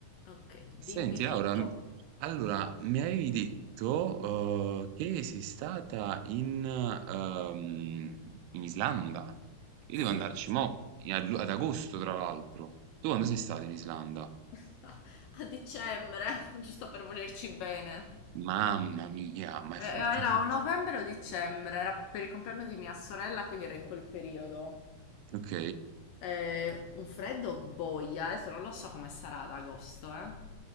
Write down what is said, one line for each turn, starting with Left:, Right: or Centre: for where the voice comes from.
Left: Ok, dimmi
Right: Senti Laura,
Left: tutto.
Right: m- allora mi avevi detto eh, che sei stata in, ehm, in Islanda. Io
Left: Sì.
Right: devo andarci mo, in- ad ad agosto tra l'altro. Tu quando sei stata in Islanda?
Left: <laughs> A dicembre, giusto per volerci bene.
Right: Mamma mia, ma
Left: Eh,
Right: è forte.
Left: eh, Era
Right: <laughs>
Left: o novembre o dicembre, era per il compleanno di mia sorella, quindi era in quel periodo.
Right: Ok,
Left: Eh, un freddo boia, adesso non lo so come sarà ad agosto, eh.